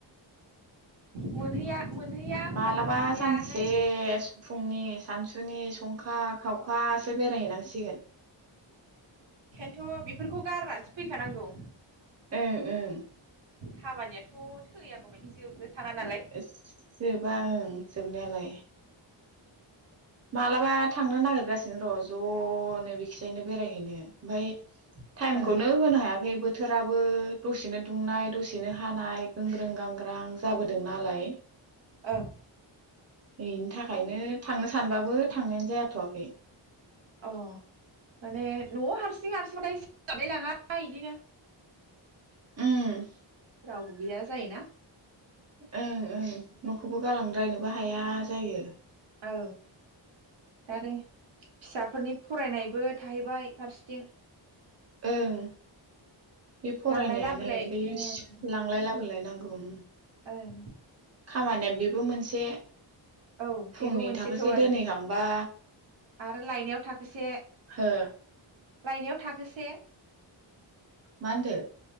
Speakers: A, on the right; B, on the right.
A: मोनहैया मोनहैया होनबाथाय
B: मालाबा
A: मोनफैयाहाय
B: सानसे फुंनि सानसुनि संखा खावखासो बेरायहैनांसिगोन।
A: थ बेफोरखौ गारनानैसो फैखानांगौ।
B: ओं ओं
A: खामानियाथ' थैयागौ मानि जोबनो थाङा नालाय
B: एस जोबा ओं जोबनायालाय मालाबा थांनो नागिरगासिनो र ज'नो बेखिजायनो बेरायहैनो। ओमफाय टाइमखौनो
A: ओं
B: होनो हाया बे बोथोराबो दसेनो दुंनाय दसेनो हानाय गोंग्रों गांग्रां जाबोदों नालाय
A: ओं
B: बेनि थाखायनो थांनोस सानबाबो थांनायानो जायाथ'वाखै।
A: अ माने न'आव हारसिं हारसिंखाय सोलाबलाय लाङा इदिनो
B: उम
A: रावबो गैया जायोना।
B: ओं ओं न'खौबो गालांद्रायनोबो हाया जायो।
A: औ दा आरो फिसाफोरनि फरायनायबो थाहैबाय फारसेथिं।
B: ओं बे फरायनायानो
A: लांलाय लाबोलाय
B: बैस
A: ओं
B: लांलाय लाबोलाय नांगौ उम
A: ओं
B: खामानिया बेबो मोनस से
A: औ
B: फुंनि
A: बेबो मोनसेथ'
B: थाखोसे
A: आरो
B: दोनहैखांबा
A: आरो लायनायाव थाखोसे
B: हो
A: लायनायाव थाखोसे
B: मा होनदो?